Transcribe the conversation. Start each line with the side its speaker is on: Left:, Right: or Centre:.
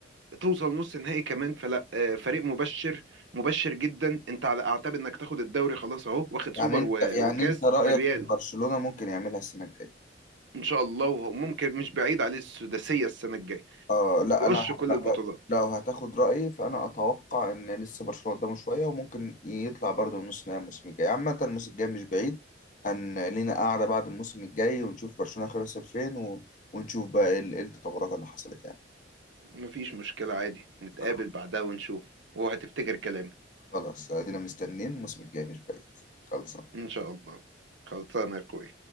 Right: توصل نص نهائي كمان فلا آه، فريق مبشر مبشر جدا انت على اعتاب انك تاخد الدوري خلاص اهو واخد سوبر
Left: يعني انت
Right: و-
Left: يعني
Right: وكاس
Left: انت رأيك
Right: من الريال
Left: ان برشلونة ممكن يعملها السنة الجاية
Right: ان شاء الله وممكن مش بعيد عليه السداسيه السنه الجايه
Left: آه لا
Right: يقص
Left: انا
Right: كل
Left: لا
Right: البطولات
Left: لو لو هتاخد رايي فانا اتوقع ان لسه برشلونه قدامه شويه وممكن يطلع برضه من نص نهائي الموسم الجاي عامه الموسم الجاي مش بعيد هن لينا قاعده بعد الموسم الجاي ونشوف برشلونه خلص فين و... ونشوف بقى ايه ال- إيه التطورات اللي حصلت يعني
Right: مفيش مشكلة عادي نتقابل
Left: خ-
Right: بعدها ونشوف وهتفتكر كلامي
Left: خلاص ادينا مستنيين الموسم الجاي مش بعيد خلصان
Right: إن شاء الله خلصانة يا أخوي